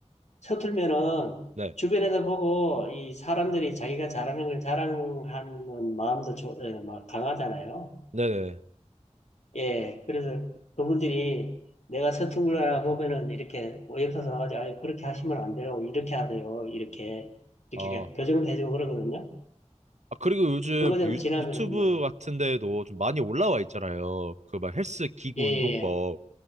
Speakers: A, on the left; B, on the right.
A: 서툴면은
B: 네,
A: 주변에서 보고 이 사람들이 자기가 잘하는 걸 자랑하는 마음도 조, 에, 막 강하잖아요.
B: 네네.
A: 예, 그래서 그분들이 내가 서툰 거라 보면은 이렇게 옆에서 와가지고 아 그렇게 하시면 안 돼요. 이렇게 하세요. 이렇게 이렇게
B: 아,
A: 교정을 해주고 그러거든요.
B: 아 그리고 요즘
A: 그거 좀
B: 그 유,
A: 지나면은
B: 유튜브
A: 예,
B: 같은 데에도 좀 많이 올라와 있잖아요. 그 막 헬스 기구
A: 예,
B: 운동법